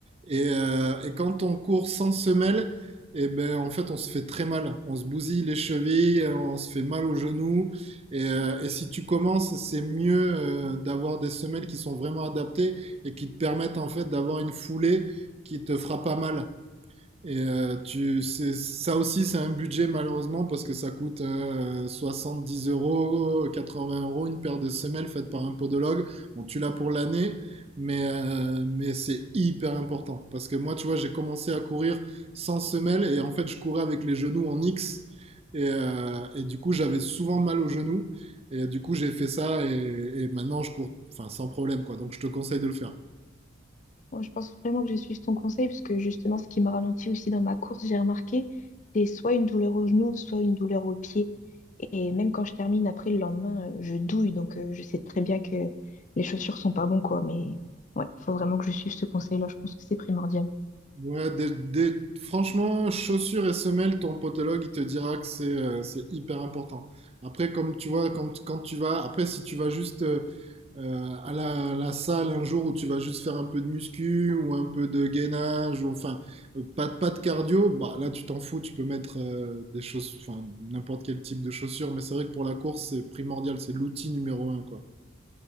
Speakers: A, on the right; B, on the left.
A: Et, euh, et quand on court sans semelle, et ben, en fait, on se fait très mal. On se bousille les chevilles, on se fait mal aux genoux. Et, euh, et si tu commences, c'est mieux euh, d'avoir des semelles qui sont vraiment adaptées et qui te permettent, en fait, d'avoir une foulée qui te fera pas mal. Et euh, tu, c'est- ça aussi, c'est un budget malheureusement parce que ça coûte euh, dix euros, 80 euros une paire de semelles faite par un podologue. Bon, tu l'as pour l'année, mais, euh, mais c'est hyper important. Parce que moi, tu vois, j'ai commencé à courir sans semelle et en fait, je courais avec les genoux en X. Et, euh, et du coup, j'avais souvent mal aux genoux. Et du coup, j'ai fait ça et, et maintenant, je cours enfin, sans problème, quoi. Donc, je te conseille de le faire.
B: Moi, je pense vraiment que je suis ton conseil parce que justement, ce qui m'a ralenti aussi dans ma course, j'ai remarqué, c'est soit une douleur au genou, soit une douleur au pied. Et même quand je termine, après le lendemain, euh, je douille. Donc euh, je sais très bien que les chaussures sont pas bon, quoi. Mais ouais, faut vraiment que je suive ce conseil-là. Je pense que c'est primordial.
A: Ouais, des- des- franchement, chaussures et semelles, ton podologue, il te dira que c'est euh, c'est hyper important. Après, comme tu vois, quand, quand tu vas, après, si tu vas juste euh, euh, à la, la salle un jour où tu vas juste faire un peu de muscu ou un peu de gainage, ou enfin, euh, pas, de- pas de cardio, bah là, tu t'en fous, tu peux mettre euh, des choses, enfin, n'importe quel type de chaussures, mais c'est vrai que pour la course, c'est primordial, c'est l'outil numéro un, quoi.